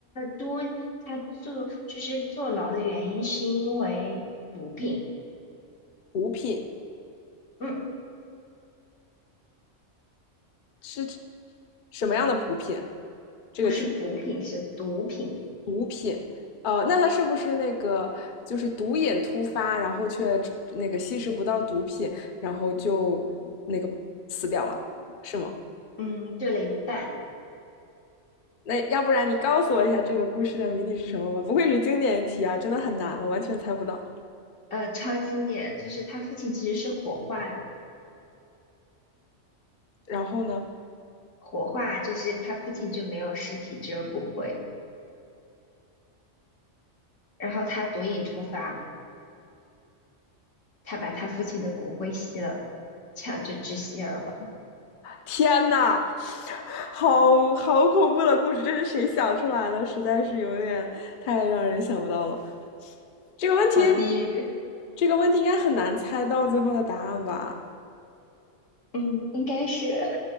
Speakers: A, on the left (about 80°); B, on the left (about 50°).
A: 多，他坐，就是坐牢的原因是因为毒品，
B: 补品
A: 嗯，
B: 是什么样的补品？这个题，
A: 不是补品，是毒品，
B: 毒品，呃，那他是不是那个就是毒瘾突发，然后却那个吸食不到毒品，然后就那个死掉了，是吗？
A: 嗯，对了一半，
B: 那要不然你告诉我一下这个故事的谜底是什么吧？不愧是经典题啊，真的很难了，完全猜不到。
A: 呃，超经典，就是他父亲其实是火化的。
B: 然后呢？
A: 活化就是他父亲就没有尸体，只有骨灰。然后他毒瘾突发，他把他父亲的骨灰吸了，这样就窒息而亡。
B: 天呐，好好恐怖的故事，这是谁想出来了？实在是有点太让人想不到了。这个问题，
A: 好低狱。
B: 这个问题应该很难猜到最后的答案吧？
A: 嗯，应该是。